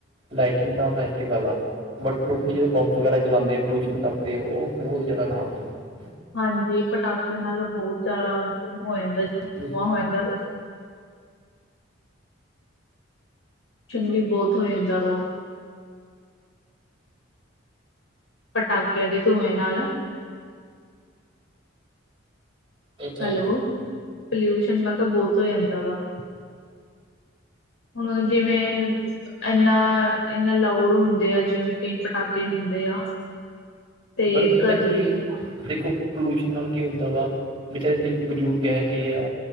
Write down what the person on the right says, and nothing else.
ਲਾਈਟਿੰਗ ਦਾ ਫੈਸਟੀਵਲ ਆ ਬਟ ਲੋਕੀ ਜਦੋਂ
ਬੰਬ ਵਗੈਰਾ ਚਲਾਉਂਦੇ। ਪਲੁਸ਼ਨ ਕਰਦੇ ਉਹ ਬਹੁਤ ਜ਼ਿਆਦਾ ਖਰਾਬ ਹੁੰਦਾ
ਆ
ਇਹ ਤਾਂ
ਹੈ
ਮੈਡਮ ਪਤਾ
ਕੀ
ਦੇਖੋ ਪੋਲਿਊਸ਼ਨ ਨਾਲ ਕੀ ਹੁੰਦਾ ਵਾ ਵਿਚਾਰੇ ਦੇ ਬਜ਼ੁਰਗ ਹੈਗੇ ਆ।